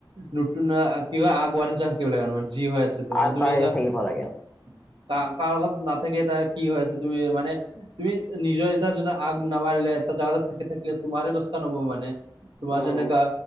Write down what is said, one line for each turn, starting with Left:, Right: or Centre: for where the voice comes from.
Right: নতুন কি হয় আগ বাঢ়ি যাও কেলে মানে যি হয় আছে তুমি
Centre: আগবাঢ়ি
Right: এটা।
Centre: থাকিব লাগে
Right: <unintelligible> কাৰ- কাৰ লগত নাথাকে তাৰ কি হৈ আছে তুমি মানে। তুমি নিজৰ এতিয়া যদি আগ নাবাঢ়িলে এটা জোগাতোত থাকে থাকিলে তোমাৰ লোকচান হব মানে। তোমাৰ
Centre: উম
Right: যেনেকা।